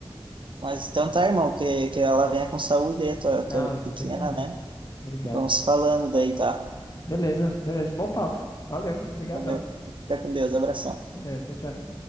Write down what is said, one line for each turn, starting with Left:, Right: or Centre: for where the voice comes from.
Right: mas então tá, irmão, que, que ela venha com saúde aí, tua, tua
Left: Ah, obrigado,
Right: pequena, né?
Left: obrigado.
Right: Vamos falando daí, tá?
Left: Beleza, beleza, bom papo. Valeu, obrigadão.
Right: Valeu. Fica com Deus. Abração.
Left: Valeu, tchau, tchau.